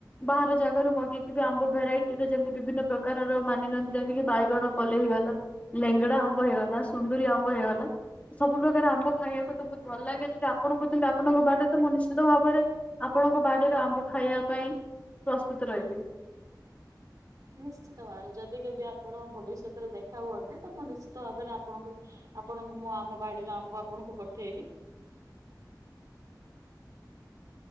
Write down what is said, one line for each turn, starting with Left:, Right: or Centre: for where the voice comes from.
Left: ବାହାର ଜାଗାରୁ ମଗେଇକି ବି ଆମ୍ବ ଭେରାଇଟିର ଯେମିତି ବିଭିନ୍ନ ପ୍ରକାରର ମାନି‌ ନିଅନ୍ତୁ ଯେମିତିକି ବାଇଗଣ ପଲେଇ ହେଇଗଲା ଲେଙ୍ଗଡା ଆମ୍ବ ହେଇଗଲା ସୁନ୍ଦୁରୀ ଆମ୍ବ ହେଇଗଲା। ସବୁ ପ୍ରକାର ଆମ୍ବ ଖାଇବାକୁ ତ ବହୁତ ଭଲ ଲାଗେ ଯଦି ଆପଣ କହୁଛନ୍ତି ଆପଣଙ୍କ ବାଡିରେ ତ ମୁଁ ନିଶ୍ଚିତ ଭାବରେ ଆପଣଙ୍କ ବାଡିର ଆମ୍ବ ଖାଇବା ପାଇଁ, ପ୍ରସ୍ତୁତ ରହିବି।
Right: ନିଶ୍ଚିତ ଭାବରେ, ଯଦି କେବେ ଆପଣ ଭବିଷ୍ୟତରେ ଦେଖା ହୁଅନ୍ତି ତ ମୁଁ ନିଶ୍ଚିତ ଭାବରେ ଆପଣଙ୍କୁ ଆପଣଙ୍କୁ ମୁଁ ଆମ ବାଡିର ଆମ୍ବ ଆପଣଙ୍କୁ ପଠେଇବି।